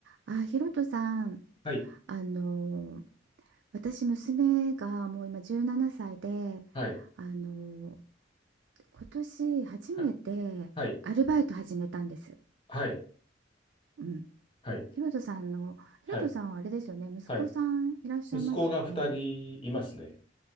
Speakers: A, on the right; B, on the left.
A: あ、ひろとさん、
B: はい、
A: あの私娘がもう今17歳で、
B: はい、
A: あの今年初めてアルバイト始めたんです。
B: はい、はい、はい、
A: うん。
B: はい、
A: ひろとさんの、ひろとさんはあれですよね、
B: はい、
A: 息子さんいらっしゃいますよね。
B: はい。息子が二人いますね。